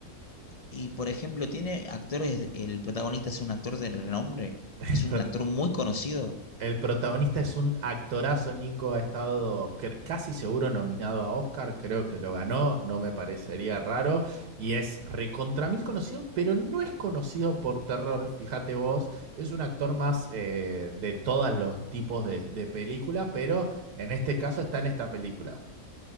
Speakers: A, on the left; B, on the right.
A: Y, por ejemplo, ¿tiene actores, el protagonista es un actor de renombre?
B: <laughs>
A: ¿Es un
B: Prota-
A: actor muy conocido?
B: El protagonista es un actorazo, Nico ha estado cre- casi seguro nominado a Oscar, creo que lo ganó, no me parecería raro, y es recontra mil conocido, pero no es conocido por terror, fíjate vos, es un actor más eh, de todos los tipos de, de películas, pero en este caso está en esta película.